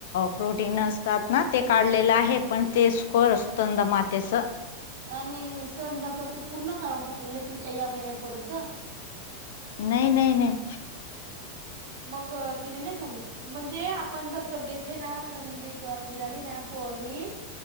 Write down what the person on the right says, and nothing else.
आणि संदाच ते पूर्ण काढून टाकलेलं कि या महिन्यापर्यंत
मग तिने नाही सांगित म्हणजे आपण दत्तक घेतले ना, पण आपण जी प आपली झाली ना पो ही.